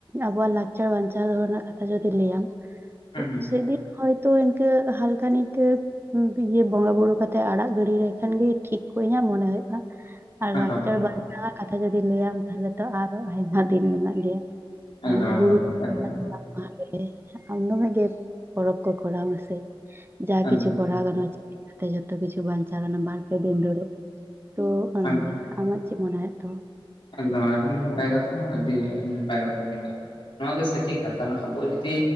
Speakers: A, on the right; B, on the left.
A: ᱟᱵᱚᱣᱟᱜ ᱞᱟᱠᱪᱟᱨ ᱵᱟᱧᱪᱟᱣ ᱫᱚᱦᱚ ᱨᱮᱱᱟᱜ ᱠᱟᱛᱷᱟ ᱡᱚᱫᱤ ᱞᱟᱹᱭ ᱟᱢ᱾
B: ᱦᱩᱸ
A: ᱛᱚ, ᱥᱮᱫᱤᱱ ᱦᱚᱭᱛᱚ ᱤᱱᱠᱟᱹ ᱦᱟᱞᱠᱟ ᱱᱤᱠᱮ ᱤᱭᱟᱹ ᱵᱚᱸᱜᱟ ᱵᱩᱨᱩ ᱠᱟᱛᱮᱜ ᱟᱲᱟᱜ ᱜᱤᱰᱤ ᱞᱮᱠᱷᱟᱱ ᱜᱤ ᱴᱷᱤᱠ ᱠᱚᱜ ᱤᱧᱟᱹᱜ ᱢᱚᱱᱮ ᱦᱩᱭᱩᱜᱼᱟ᱾ ᱟᱨ
B: ᱦᱟᱛᱟᱣ
A: ᱞᱟᱠᱪᱟᱨ
B: ᱞᱮᱠᱟ
A: ᱵᱟᱧᱪᱟᱣᱟᱜ ᱠᱟᱛᱷᱟ ᱡᱚᱫᱤ ᱞᱟᱹᱭᱟᱢ ᱛᱟᱦᱚᱞᱮ ᱛᱚ ᱟᱨᱦᱚ ᱟᱭᱢᱟ ᱫᱮᱨᱤ ᱢᱮᱱᱟᱜ ᱜᱮᱭᱟ᱾ ᱦᱮᱸ,
B: ᱮᱠᱫᱚᱢ ᱮᱠᱫᱚᱢ
A: ᱜᱩᱨᱩ᱾ <unintelligible>
B: ᱮᱠᱫᱚᱢ
A: ᱚᱱᱟᱜᱮ, ᱟᱢ ᱫᱚᱢᱮ ᱜᱮ ᱯᱚᱨᱚᱵᱽ ᱠᱚ ᱠᱚᱨᱟᱣ ᱢᱮᱥᱮ ᱡᱟ
B: ᱮᱠᱫᱚᱢ
A: ᱠᱤᱪᱷᱩ <unintelligible> ᱡᱷᱚᱛᱚ ᱠᱤᱪᱷᱩ ᱵᱟᱧᱪᱟᱣ ᱜᱟᱱᱚᱜᱼᱟ ᱵᱟᱨ ᱯᱮ ᱫᱤᱱ ᱫᱷᱚᱨᱮ, ᱛᱚ ᱚᱱᱟ
B: ᱮᱠᱫᱚᱢ
A: ᱜᱮ᱾ ᱟᱢᱟᱜ ᱪᱮᱫ ᱢᱚᱱᱮ ᱦᱚᱭᱳᱜ ᱛᱟᱢᱟ?
B: ᱮᱠᱫᱚᱢ, ᱟᱹᱰᱤ ᱱᱟᱯᱟᱭ ᱠᱟᱛᱷᱟ ᱟᱹᱰᱤ ᱟᱹᱰᱤ ᱱᱟᱯᱟᱭ ᱠᱟᱛᱷᱟᱢ ᱞᱟᱹᱭ ᱠᱟᱜᱼᱟ᱾ ᱱᱚᱣᱟ ᱜᱮ ᱥᱮᱴᱷᱤᱠ ᱠᱟᱛᱷᱟ, ᱟᱵᱚ ᱡᱩᱫᱤ